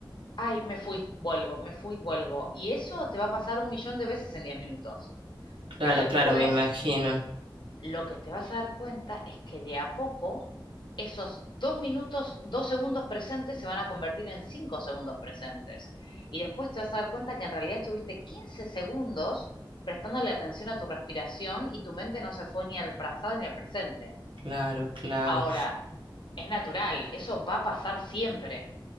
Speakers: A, on the left; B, on the right.
A: ay, me fui, vuelvo, me fui, vuelvo. Y eso te va a pasar un millón de veces en 10 minutos.
B: Claro,
A: Pero después
B: claro, me imagino.
A: lo que te vas a dar cuenta es que de a poco esos dos minutos, dos segundos presentes se van a convertir en cinco segundos presentes. Y después te vas a dar cuenta que en realidad estuviste 15 segundos prestándole atención a tu respiración y tu mente no se fue ni al pasado ni al presente.
B: Claro, claro.
A: Ahora, es natural, eso va a pasar siempre,